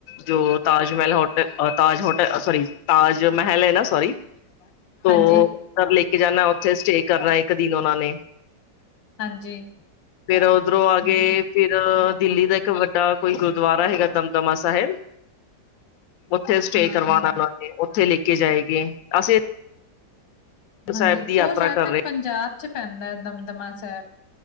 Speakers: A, on the left; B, on the left.
A: ਜੋ ਤਾਜ ਮਹਿਲ ਹੋਟ ਤਾਜ ਹੋਟਲ ਸੋਰੀ ਤਾਜ ਮਹਿਲ ਹੈ ਨਾ ਸੋਰੀ ਤੋ
B: ਹਾਂਜੀ
A: ਘਰ ਲੈ ਕੇ ਜਾਣਾ ਉੱਥੇ ਸਟੇ ਕਰਨਾ ਇੱਕ ਦਿਨ ਉਹਨਾਂ ਨੇ।
B: ਹਾਂਜੀ
A: ਫਿਰ ਉਧਰੋਂ
B: ਹਾਂਜੀ
A: ਆ ਫਿਰ ਦਿੱਲੀ ਦਾ ਇੱਕ ਵੱਡਾ ਕੋਈ ਗੁਰਦੁਆਰਾ ਹੈਗਾ ਦਮਦਮਾ ਸਾਹਿਬ- ਉੱਥੇ ਸਟੇ
B: ਹਾਂ
A: ਕਰਵਾਣਾ ਉਹਨਾਂ ਨੇ ਉੱਥੇ ਲੈ ਕੇ ਜਾਏਗੇ ਅਸੀਂ ਸਾਹਿਬ
B: ਹਾਂਜੀ
A: ਦੀ ਯਾਤਰਾ
B: ਉਹ ਜਦ
A: ਕਰ
B: ਤੱਕ
A: ਰਹੇ
B: ਪੰਜਾਬ 'ਚ ਪੈਂਦਾ ਹੈ ਦਮਦਮਾ ਸਾਹਿਬ।